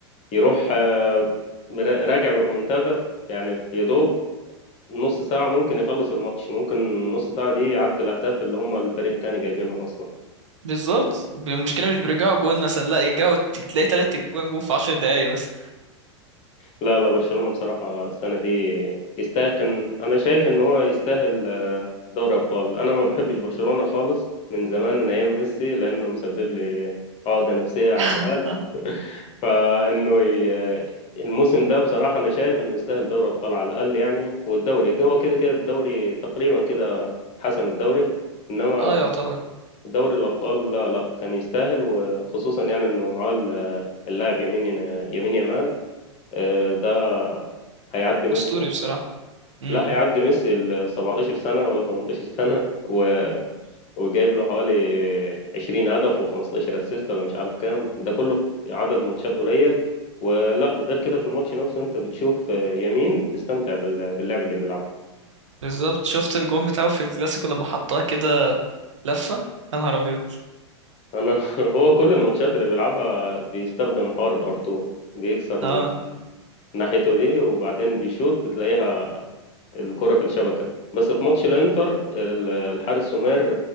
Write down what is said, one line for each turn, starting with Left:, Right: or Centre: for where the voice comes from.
Left: يروح آه، مرا- راجع برومنتادا يعني يا دوب نص ساعة ممكن يخلص الماتش ممكن نص ساعة دي يعدل الاهداف اللي هم الفريق التاني جايبينهم اصلا
Right: بالظبط المشكله مش بيرجعوا جون مثلا لا يرجعوا ت- تلاقي تلات جوان جون في عشر دقايق مثلا
Left: لا لا برشلونة بصراحة السنة دي يستاهل كان أنا شايف إن هو يستاهل آه، دوري أبطال أنا ما بحبش برشلونة خالص من زمان من أيام ميسي لأنه مسبب لي عقدة نفسية على
Right: <laughs>
Left: الريال فإنه ي- آه، الموسم ده بصراحة أنا شايف إنه يستاهل دوري أبطال على الأقل يعني والدوري هو كده كده الدوري تقريبا كده حسم الدوري إنما
Right: اه يعتبر
Left: دوري الأبطال لا لا كان يستاهل وخصوصا يعني إنه معاه اللاعب يمين آه، يمين يمال آه، ده هيعدي ميسي
Right: اسطوري
Left: يعني.
Right: بصراحه امم
Left: لا
Right: إمم.
Left: هيعدي ميسي ال 17 سنة ولا 18 سنة و... وجايب له حوالي 20 هدف و15 اسيست ولا مش عارف كام ده كله في عدد ماتشات قليل ولا غير كده في الماتش نفسه انت بتشوف يمين بتستمتع بال... باللعب اللي بيلعبه
Right: بالظبط شفت الجون بتاعه في الكلاسيكو لما حطها كده لفه يا نهار ابيض
Left: انا <laughs> هو كل الماتشات اللي بيلعبها بيستخدم حوار الار2 بيكسر من
Right: اه
Left: ناحيته دي وبعدين بيشوط بتلاقيها الكرة في الشبكة بس في ماتش الانتر ال- الحارس سومير